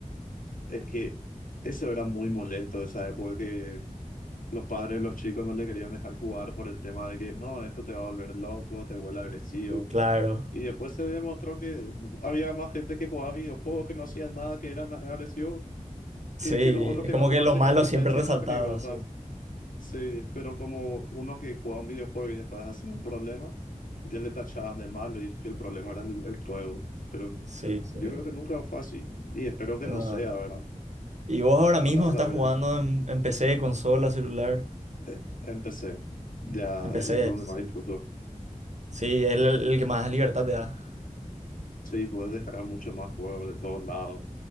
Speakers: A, on the left; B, on the right.
A: Es que eso era muy molesto, o sea, porque los padres de los chicos no le querían dejar jugar por el tema de que, no, esto te va a volver loco, te vuelve agresivo.
B: claro.
A: Y después se demostró que había más gente que jugaba videojuegos, que no hacían nada, que eran agresivos,
B: Sí,
A: que, que los otros
B: es
A: que
B: como
A: no jugaban
B: que lo
A: tenían
B: malo
A: tendencias
B: siempre resaltaba,
A: más peligrosas.
B: sí.
A: Sí, pero como uno que jugaba un videojuego y después hacía un problema, ya le tachaban de malo y que el problema era el, el juego. Pero
B: Sí, sí.
A: yo creo que nunca fue así y espero que
B: Ah,
A: no sea, ¿verdad?
B: ¿y vos ahora mismo
A: Andás
B: estás
A: a ver.
B: jugando en, en PC, consola, celular?
A: eh, empecé. Ya
B: En PC,
A: es el donde
B: sí.
A: más disfruto.
B: Sí, es el, el que más libertad te da.
A: Sí, puedes descargar mucho más juegos de todos lados.